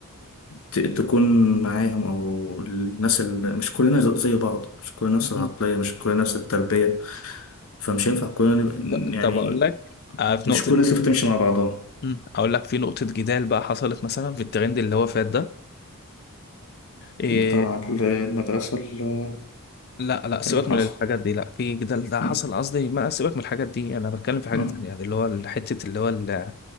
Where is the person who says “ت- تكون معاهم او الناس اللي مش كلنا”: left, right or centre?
Left